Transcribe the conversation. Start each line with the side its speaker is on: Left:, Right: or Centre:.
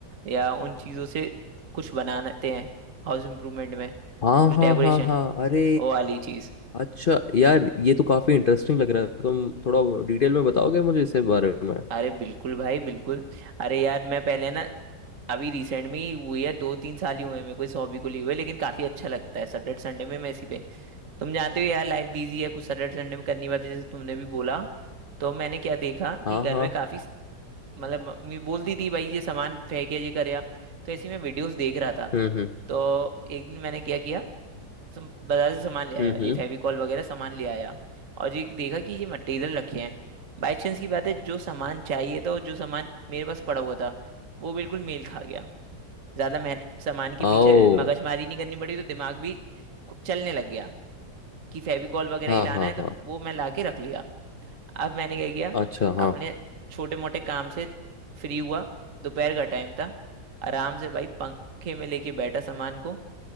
Right: या उन चीज़ों से कुछ बनाते हैं हाउस इम्प्रूवमेंट में
Left: हाँ
Right: कुछ
Left: हाँ
Right: डेकोरेशन
Left: हाँ हाँ अरे
Right: ओ वाली चीज
Left: अच्छा यार ये तो काफी इंटरेस्टिंग लग रहा है तुम थोड़ा डिटेल में बताओगे मुझे इसके बारे में
Right: अरे बिल्कुल भाई बिल्कुल अरे यार मैं पहले ना अभी रिसेंट में ही हुई है दो तीन साल ही हुए हैं मेरे को इस हॉबी को लिए हुए लेकिन काफी अच्छा लगता है सैटरडे संडे में मैं इसी पे तुम जानते हो यार लाइफ बिजी है कुछ सैटरडे संडे में करनी पड़ती है जैसे तुमने भी बोला तो मैंने क्या देखा कि
Left: हाँ
Right: घर
Left: हाँ
Right: में काफी स- मतलब मम्मी बोलती थी भाई ये सामान फेंके ये कर या तो ऐसे ही मैं वीडियोस देख रहा था
Left: हम्म हम्म
Right: तो एक दिन मैंने क्या किया सम, बाजार से सामान ले आया
Left: हम्म
Right: ये फेविकॉल वगैरह सामान ले आया और ये देखा कि ये मटेरियल रखे हैं बाई चांस की बात है जो सामान चाहिए था और जो सामान मेरे पास पड़ा हुआ था वो बिल्कुल मेल खा गया ज्यादा मेहनत सामान के
Left: आओ
Right: पीछे मगजमारी नहीं करनी पड़ी तो दिमाग भी खु- चलने लग गया कि फेविकॉल वगैरह
Left: हाँ
Right: ही लाना
Left: हाँ
Right: है तो
Left: हाँ
Right: वो मैं ला के रख लिया अब मैंने क्या किया
Left: अच्छा हाँ
Right: अपने छोटे मोटे काम से फ्री हुआ दोपहर का टाइम था आराम से भाई पंखे में लेके बैठा सामान को